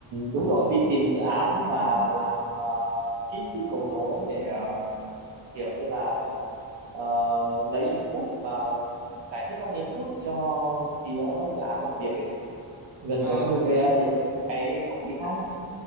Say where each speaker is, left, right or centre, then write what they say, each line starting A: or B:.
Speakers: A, on the right; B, on the right.
A: đúng rồi đi tìm dự án và làm ờ, kỹ sư cầu nối để ờ, kiểu như là ờ, lấy input và giải thích các input cho phía dự án làm việc ấy. Gần
B: À,
A: giống như
B: ok,
A: BA ở
B: ok.
A: những cái công ty khác